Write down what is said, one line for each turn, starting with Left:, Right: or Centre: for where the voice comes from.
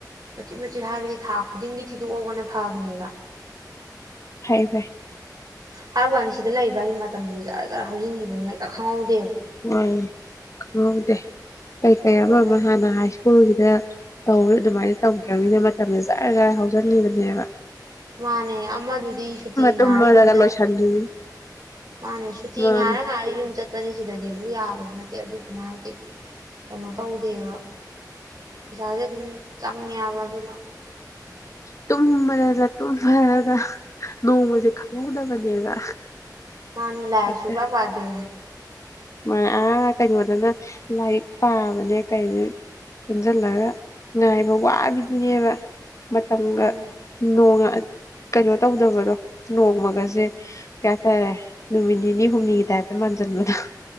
Right: ꯃꯆꯤꯠ ꯃꯆꯤꯠ ꯍꯥꯏꯕꯗꯤ ꯊꯥ ꯈꯨꯗꯤꯡꯒꯤ ꯊꯤꯗꯣꯛꯍꯒꯅ ꯐꯕꯅꯦꯕ
Left: ꯐꯩ ꯐꯥꯏ
Right: ꯍꯥꯏ ꯋꯥꯅꯤ ꯁꯤꯗ ꯂꯩꯕ ꯍꯥꯏꯁꯤ ꯃꯇꯝꯁꯨ ꯖꯔꯖꯔ ꯍꯧꯖꯤꯟꯈꯤꯕꯅꯤ ꯍꯦꯛꯇ ꯈꯪꯍꯧ
Left: ꯍ ꯍ ꯑꯦꯦ ꯀꯩꯀꯩ
Right: ꯑꯗꯣ ꯑꯩꯈꯣꯏ
Left: ꯑꯃ ꯑꯃ ꯍꯥꯟꯅ ꯍꯥꯏ ꯁ꯭ꯀꯨꯜꯒꯤ ꯁꯤꯗ ꯇꯧꯔ ꯑꯗꯨꯃꯥꯏꯅ ꯇꯧꯗ꯭ꯔꯅꯤꯅ ꯃꯇꯝꯁꯦ ꯆꯖꯥꯔꯒꯥꯏ ꯍꯧꯖꯤꯟꯕꯅꯦꯕ
Right: ꯃꯥꯅꯦ ꯑꯃꯗꯨꯗꯤ ꯁꯨꯇꯤ ꯉꯥꯏꯔ
Left: ꯇꯨꯝꯃꯗꯒ
Right: ꯌꯨꯝꯗ
Left: ꯂꯣꯏꯁꯤꯟꯈꯤꯕꯅꯤ
Right: ꯃꯥꯅꯦ ꯁꯨꯇꯤ
Left: ꯃꯥꯅꯦ
Right: ꯉꯥꯔ ꯉꯥꯏꯔ ꯌꯨꯝ ꯆꯠꯄꯅꯦ ꯁꯤꯗꯗꯤ ꯑꯗꯨ ꯑꯗꯨ ꯌꯥꯕꯁꯨ ꯅꯠꯇꯦ ꯑꯗꯨꯗꯨꯅ ꯍꯥꯏꯗꯤ ꯀꯩꯅꯣ ꯇꯧꯗꯦꯕ ꯄꯩꯁꯥꯁꯦ ꯑꯗꯨꯝ ꯆꯪꯉꯦꯕ ꯑꯗꯨꯅ
Left: ꯇꯨꯝꯃꯅ ꯇꯨꯝꯃꯅ ꯅꯣꯡꯃꯁꯦ ꯈꯪꯍꯧꯗꯕꯅꯦꯕ
Right: ꯃꯥꯅꯤ ꯂꯑꯁꯨ
Left: ꯍꯦꯛꯇ
Right: ꯄꯕꯥꯗꯦ
Left: ꯑꯥ ꯀꯩꯅꯣꯗꯅ ꯂꯥꯏꯔꯤꯛ ꯄꯥꯕꯅꯦ ꯀ ꯄꯨꯟꯁꯤꯜꯂꯒ ꯉꯥꯏꯕ ꯋꯥꯕꯤꯗꯨꯅꯦꯕ ꯃꯇꯝꯊꯪꯒ
Right: ꯃꯥꯅꯦ
Left: ꯅꯣꯡꯉ ꯀꯩꯅꯣ ꯇꯧꯗꯕꯗꯣ ꯅꯣꯡꯃꯒꯁꯦ ꯀꯩꯇꯥꯔꯦ ꯅꯨꯃꯤꯠ ꯅꯤꯅꯤ ꯍꯨꯝꯅꯤꯒꯤ ꯇꯥꯏꯞꯇ ꯃꯥꯟꯁꯤꯟꯕꯗꯣ